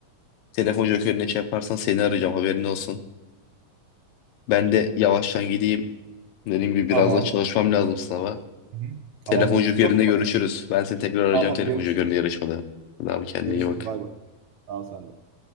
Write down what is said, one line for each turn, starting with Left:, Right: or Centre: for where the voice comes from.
Left: Telefon jokerine şey yaparsan seni arayacağım haberin olsun. Ben de yavaştan gideyim. Dediğim gibi biraz
Right: tamam.
Left: daha çalışmam lazım sınava.
Right: Hı hı.
Left: Telefon
Right: Tamam dostum.
Left: jokerinde
Right: Çok
Left: görüşürüz. Ben seni tekrar arayacağım
Right: tamam
Left: telefon
Right: görüşürüz.
Left: jokerinde yarışmada. Hadi abi kendine
Right: Görüşürüz
Left: iyi bak.
Right: bay bay. Sağ ol sen de.